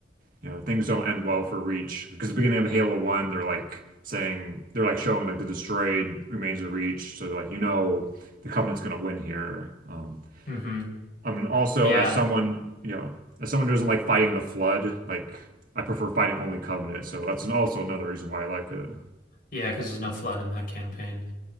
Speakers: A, on the right; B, on the left.
A: you know things don't end well for Reach. Because at the beginning of Halo One, they're like saying they're like showing like the destroyed remains of Reach. So like you know the Covenant's gonna win here. Um,
B: Mm-hmm.
A: I mean, also
B: Yeah.
A: as someone, you know, as someone who doesn't like fighting the flood, like I prefer fighting only Covenant, so that's an, also another reason why I like it.
B: Yeah, because there's no flood in that campaign.